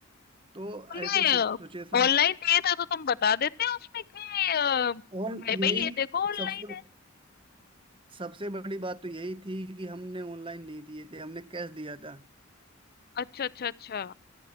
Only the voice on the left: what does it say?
तुमने
ऑनलाइन दिए थे तो तुम बता देते उसमें कि अ,
मैं भाई
ये देखो ऑनलाइन
है
अच्छा अच्छा अच्छा